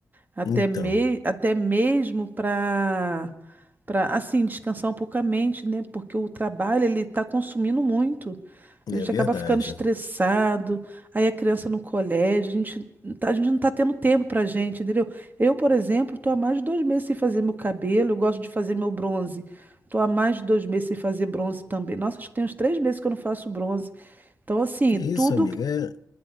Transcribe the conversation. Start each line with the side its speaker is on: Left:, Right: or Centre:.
Right: Até,
Left: Então,
Right: me, até mesmo para para assim descansar um pouco a mente, né? Porque o trabalho ele está consumindo muito. A
Left: é
Right: gente
Left: verdade.
Right: acaba ficando estressado, aí a criança no colégio, a gente, não tá- a gente não está tendo tempo para gente, entendeu? Eu, por exemplo, estou há mais de dois meses sem fazer meu cabelo, eu gosto de fazer meu bronze. Estou há mais de dois meses sem fazer bronze também. Nossa, acho que tem uns três meses que eu não faço bronze. Então, assim,
Left: Que isso,
Right: tudo
Left: amiga? É,